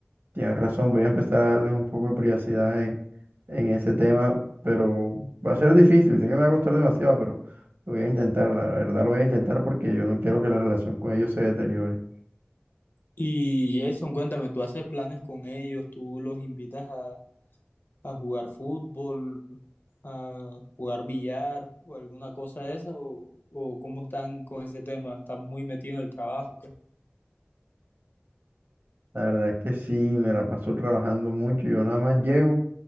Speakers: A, on the right; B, on the left.
A: Tienes razón, voy a empezar a darles un poco de privacidad en, en ese tema, pero va a ser difícil, sé que me va a costar demasiado, pero lo voy a intentar, la verdad lo voy a intentar porque yo no quiero que la relación con ellos se deteriore.
B: Y Jason, cuéntame, ¿tú haces planes con ellos? ¿Tú los invitas a, a jugar fútbol, a jugar billar o alguna cosa de esa? ¿O, o cómo están con ese tema? ¿Están muy metidos en el trabajo? ¿qué?
A: La verdad es que sí, me la paso trabajando mucho, yo nada más llego.